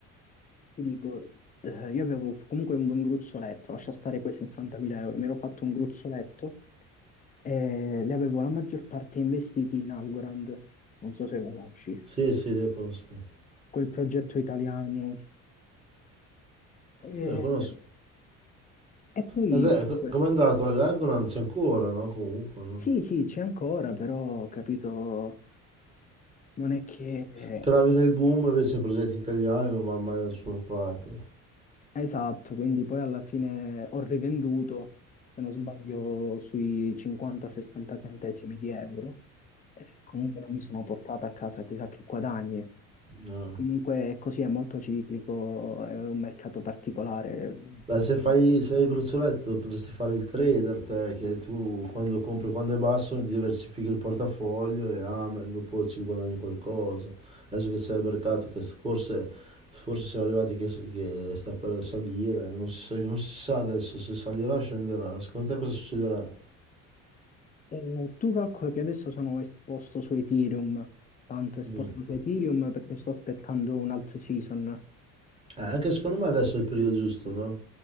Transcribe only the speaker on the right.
Sì, sì, sì, lo conosco.
Sì, lo conosco.
Adè,
co- com'è andato? All'Agro non c'è ancora, no? Comunque, no?
Speravi nel boom, invece progetti italiani non vanno mai da nessuna parte.
No.
Beh,
se fai,
se hai il gruzzoletto potresti fare il trader, te, che tu quando compri quando è basso diversifichi il portafoglio e amen, dopo ci guadagni qualcosa. Adesso che sei al mercato, che forse, forse siamo arrivati che, che sta per salire, non si, sa- non si sa adesso se salirà o scenderà. Secondo te cosa succederà?
Mm.
Eh, anche secondo me adesso è il periodo giusto, no?